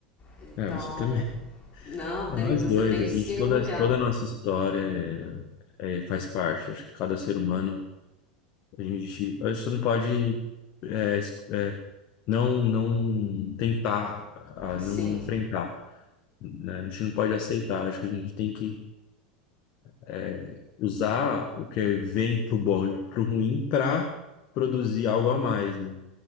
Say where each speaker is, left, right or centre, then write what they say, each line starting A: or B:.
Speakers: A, on the left (about 25°); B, on the left (about 45°).
A: Então,
B: É, você também.
A: não,
B: É
A: tem,
B: nós
A: você
B: dois,
A: tem
B: a
A: que
B: gente,
A: se
B: toda,
A: orgulhar.
B: toda a nossa história é, é, faz parte. Acho que cada ser humano, a gente, a gente não pode é, es- é, não, não tentar, ah,
A: Sim,
B: não enfrentar, né? A gente não pode aceitar. Acho que a gente tem que é, usar o que vem pro bom e pro ruim para produzir algo a mais, né?